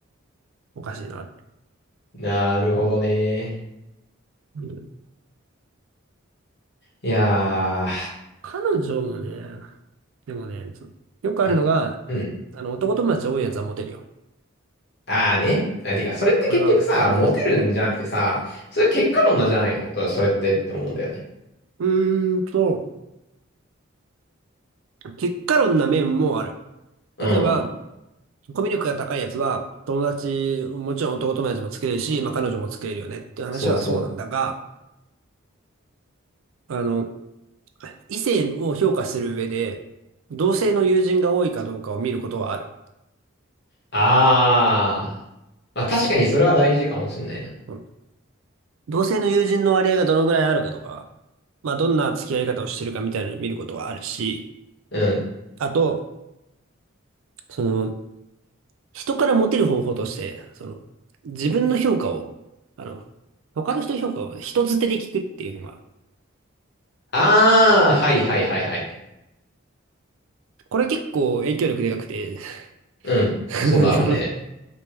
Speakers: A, on the right; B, on the left.
A: おかしいな。
B: なるほどね。
A: うん
B: いや
A: 彼女もね、でもね、そよくあるのが、
B: ー、うん、うん。
A: あの、男友達多いやつはモテるよ。
B: ああね。あ、てか、それって結局さ、
A: これはかなり大事。
B: モテるんじゃなくてさ、それ結果論なんじゃないのと、それってって思うんだよね。
A: うーんと、結果論な面もある。
B: うん。
A: 例えば、コミュ力が高いやつは、友達、もちろん男友達も作れるし、まあ彼女も作れるよねっていう話はそうなんだが、
B: そうそう。
A: あの、異性を評価する上で、同性の友人が多いかどうかを見ることはある。
B: ああ。まあ確かにそれは大事かもしんないな。
A: そう。うん同性の友人の割合がどのぐらいあるかとか、まあ、どんな付き合い方をしてるかみたいなのを見ることはあるし、
B: うん。
A: あと、その、人からモテる方法として、その、自分の評価を、あの、他の人の評価を人づてで聞くっていうのが
B: ああ、
A: ある。
B: はいはいはいはい。
A: これ結構影響力でかくて
B: うん。
A: <laughs>
B: そうだろうね。
A: その